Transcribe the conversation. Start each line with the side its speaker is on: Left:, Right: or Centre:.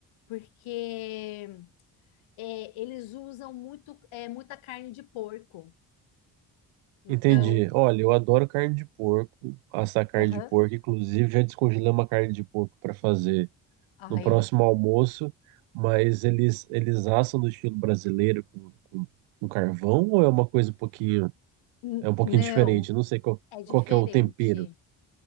Left: Porque é, eles usam muito, é, muita carne de porco. Então,
Right: Entendi. Olha, eu adoro carne de porco, assar carne
Left: aham,
Right: de porco. Inclusive, já descongelei uma carne de porco para fazer
Left: Ai,
Right: no próximo almoço, mas eles, eles assam no estilo brasileiro com, com, com carvão ou é uma coisa um pouquinho,
Left: n-
Right: é um pouquinho
Left: não,
Right: diferente? Eu Não sei qual,
Left: é diferente.
Right: qual que é o tempero.